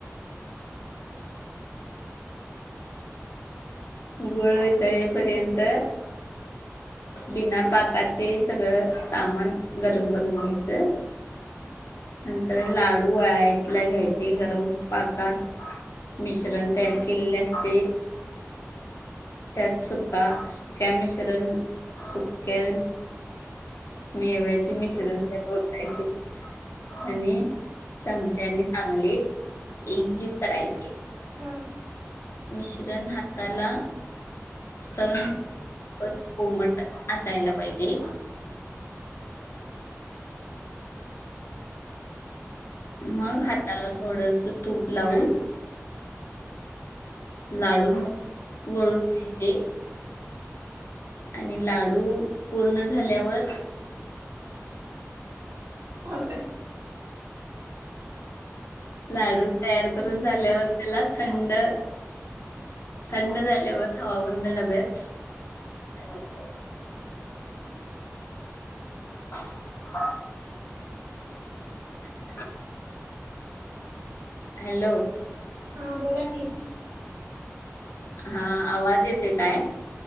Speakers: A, on the left; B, on the right.
A: <unintelligible> गुळ वितळेपर्यंत बिना पाकाचे सगळं सामान गरम करून घ्यायचं. नंतर लाडू वळाय. ला घ्यायचे गरम पाकात मिश्रण तयार केलेले असते. त्यात सुका सुक्या मिश्रण सुक्या मेव्याचे मिश्रण त्यात वाट्याचे आणि चमच्यानी चांगले एकजीव करायचे.
B: हम.
A: मिश्रण हाताला सणत कोमट असायला पाहिजे.
B: <unintelligible>
A: मग हाताला थोडस तूप लावून. लाडू मळून घेते. आणि लाडू पूर्ण झाल्यावर
B: बरं.
A: लाडू तयार करून झाल्यावर त्याला थंड. थंड झाल्यावर हवाबंद डब्यात ठेवायचे हा. ह. हॅलो
B: हा बोला की
A: हा आवाज येते काय?